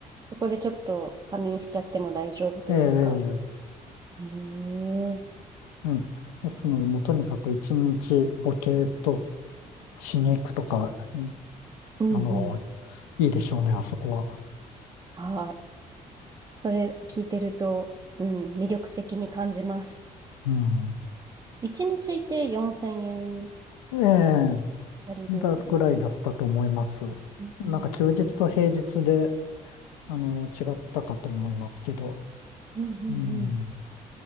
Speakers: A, on the right; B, on the left.
A: そこでちょっと仮眠しちゃっても大丈夫というか。
B: ええ、
A: へえ。う
B: うん。ですので、もうとにかく一日ボケーっとしに行くとか、うん
A: ん、うん。
B: あの、いいでしょうね、あそこは。
A: はい。それ聞いてると、うん、魅力的に感じます。
B: うん。
A: 一日いて4000円
B: ええ、
A: 借りる。
B: だぐらいだったと思います。
A: うん、
B: なんか休日と平日で、
A: うん、
B: あの、違ったかと思いますけど、
A: うんうん。
B: うん。